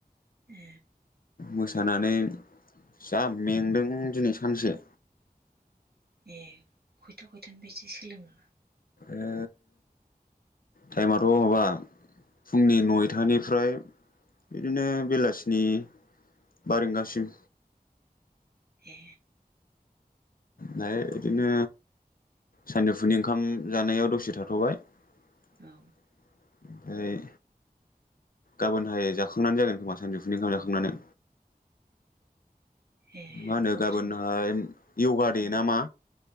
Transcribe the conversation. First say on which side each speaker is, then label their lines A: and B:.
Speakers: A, on the right (about 85°); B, on the left (about 65°).
A: ए
B: मोसानानै जा मेंदों दिनै सानसे
A: ए खयथा खयथानि फायसो सोलोङो?
B: ओ टाइमाथ' माबा फुंनि नयथानिफ्राय बिदिनो बेलासिनि बा रिंगासिम।
A: ए
B: फाय बिदिनो सानजुफुनि ओंखाम जानायाव दसे थाथ'बाय। ओमफ्राय
A: औ
B: गाबोनहाय जाखांनानै जागोन खोमा सानजौफुनि ओंखाम जाखांनानै।
A: ए
B: मा होनो
A: ओमफ्राय
B: गाबोनहाय योगा दे
A: उम
B: ना मा